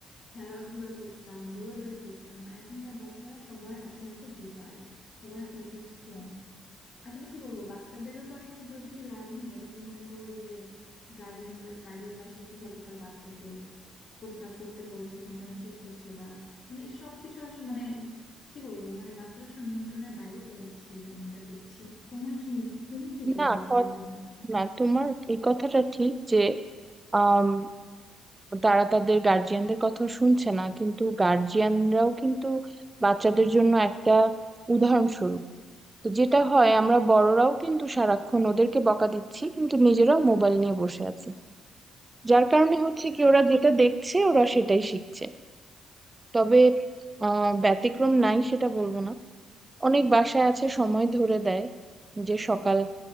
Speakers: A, on the left; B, on the right.
A: খেলাধুলা করতাম দৌড়াদৌড়ি করতাম আর এখনকার বাচ্চারা সবার হাতে হাতে ডিভাইস সবার হাতে হাতে ফোন আসলে কি বলবো বাচ্চাদেরও তো আসলে দোষ দিয়ে লাভ নেই এটা তো মনে করো যে গার্ডিয়ানদের গার্ডিয়ানরা আসলে কিভাবে তার বাচ্চাকে কোনটা করতে বলছে কোনটা নিষেধ করছে বা মানে এই সবকিছু আসলে মানে কি বলবো মানে বাচ্চারা আসলে নিয়ন্ত্রণের বাইরে চলে যাচ্ছে ইদানিং যা দেখছি তোমার কি তুমি কি বলো
B: না
A: আসলে এটা নিয়ে
B: না তোমার এই কথাটা ঠিক যে আম, তারা তাদের গার্জিয়ানদের কথা শুনছে না কিন্তু গার্জিয়ানরাও কিন্তু বাচ্চাদের জন্য একটা উদাহরণস্বরূপ তো যেটা হয় আমরা বড়রাও কিন্তু সারাক্ষণ ওদেরকে বকা দিচ্ছি কিন্তু নিজেরাও মোবাইল নিয়ে বসে আছি যার কারণে হচ্ছে কি ওরা যেটা দেখছে ওরা সেটাই শিখছে তবে আহ ব্যতিক্রম নাই সেটা বলবো না অনেক বাসায় আছে সময় ধরে দেয় যে সকাল